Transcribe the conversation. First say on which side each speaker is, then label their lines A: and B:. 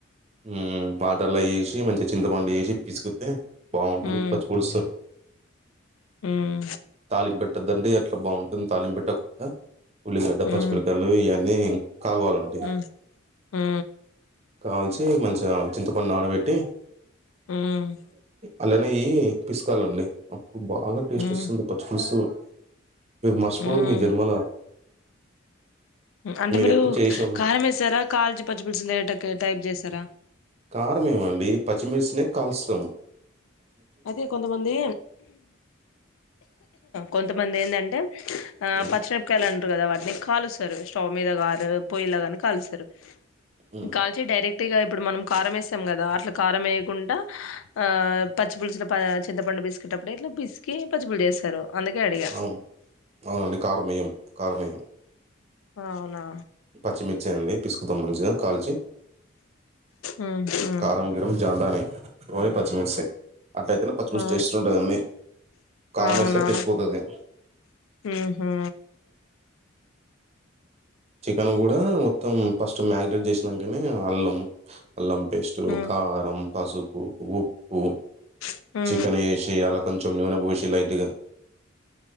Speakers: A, on the right; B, on the left.
A: ఉమ్ వాటర్లో ఎసి మంచి చింతపండు ఎసి పిసుకుతే బాగుంటుంది
B: మ్మ్
A: పచ్చి పులుసు
B: మ్మ్
A: తాలింపెట్టద్దండి ట్ల బాగుంటుంది తాళింపెట్టకుండా ఉల్లిగడ్డ
B: మ్మ్
A: పచ్చిమిరపకా యలు ఇవన్నీ కాలువాలండి
B: మ్మ్ మ్మ్
A: కాల్సి మంచిగా చింతపండు నానబెట్టి
B: ఉమ్
A: అల్లనే ఇయ్యి పిసుకాలండి బాగా టేస్ట్
B: మ్మ్
A: వస్తుంది
B: మ్మ్
A: పచ్చి పులుసు మీర్ మష్
B: మ్మ్
A: పోర్ మీ జన్మలా
B: అంటే మీరు
A: ఎప్పుడు చేసి ఉండరు
B: కారం వేసారా కాల్చి పచ్చి పులుసులు లేటక్క టైప్ చేసారా
A: కారంమేమండి పచ్చిమిర్సినే కాల్స్తము
B: అయితే కొంతమంది కొంత మందేందంటే ఆ
A: మ్మ్.
B: పచ్చినెర్పకాయల కదా వాటిని కాలుస్తరు స్టోవ్ మీద కారు పొయ్యిల కని కాలుస్తారు
A: మ్మ్.
B: కాల్చి డైరెక్ట్గా ఇప్పుడు మనం కారం ఏస్తం కదా అట్ల కారం వేయకుండా ఆ పచ్చి పులుసుల ప చింతపండు పీసుకేటప్పుడే ఇట్ల పీసికి పచ్చిపులు చేస్తారు అందుకే అడిగా
A: అవును అవునండి కారమెయ్యం కారమెయ్యం
B: అవునా
A: పచ్చిమిర్చియండి పిసుకుతాం మంచిగా కాల్చి
B: ఉహు
A: కారం గిరమ్ జాందా నయి మా పచ్చిమిర్సీ అట్లయితేనే పచ్చిమిర్సీ
B: ఆ
A: టేస్ట్ ఉంటుందండీ కారం
B: అవునా
A: వేస్తే టేస్ట్ పోతది
B: ఉహు
A: చికెన్ కూడా మొత్తం ఫస్ట్ మ్యాగ్నేట్ చేసినంకనే అల్లం అల్లం పేస్టు
B: ఉ ఉ
A: కారం అసుబ్ ఉప్పు
B: ఉ ఉ ఉ
A: చికెనేషి అల్ల కొంచెం నూనె భో చిల్ అయిండిగా